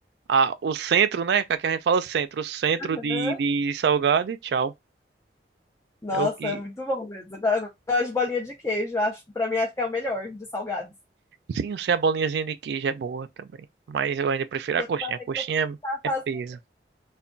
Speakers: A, on the right; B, on the left.
A: a, o centro, né? Que aqui a gente fala centro. O centro
B: Aham.
A: de, de salgado e tchau.
B: Nossa,
A: É o que.
B: é muito bom mesmo. Eu go- eu gosto de bolinha de queijo, acho, pra mim acho que é o melhor de salgados.
A: Sim, eu sei a bolinhazinha de queijo é boa também. Mas eu ainda prefiro
B: Teve
A: a coxinha.
B: uma vez
A: A coxinha
B: que eu fui tentar fazer
A: é, é peso.